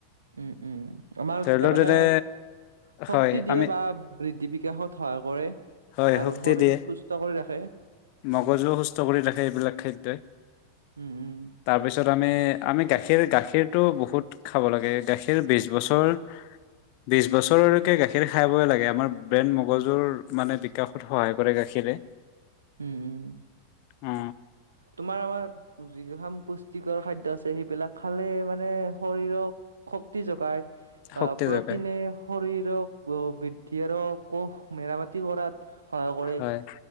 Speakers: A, on the right; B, on the left.
A: উম উম। আমাৰক
B: ধৰি লও
A: তামানে
B: যেনে
A: শক্তি
B: হয়
A: দিয়ে
B: আমি
A: বা বৃদ্ধি বিকাশত সহায় কৰে।
B: হয়
A: আৰু
B: শক্তি
A: শৰীৰক
B: দিয়ে,
A: সুস্থ কৰি ৰাখে।
B: মগজু সুস্থ কৰি ৰাখে এইবিলাক খাদ্যই।
A: উম উম
B: তাৰপিছত আমি আমি গাখীৰ গাখীৰটো বহুত খাব লাগে, গাখীৰ বিশ বছৰ বিশ বছৰলৈকে গাখীৰ খাবই লাগে। আমাৰ ব্ৰেইন মগজুৰ মানে বিকাশত সহায় কৰে গাখীৰে
A: উম উম
B: অ
A: তোমাৰ আমাৰ যিকেখান পুচ টিকৰ খাদ্য আছে সেইবিলাক খালে মানে শৰীৰক শক্তি জোগায়
B: শক্তি
A: অ প্ৰ'টিনে
B: জগাই
A: শৰীৰক বৃদ্ধি আৰ কোষ মেৰামতি কৰাত সহায় কৰে।
B: হয়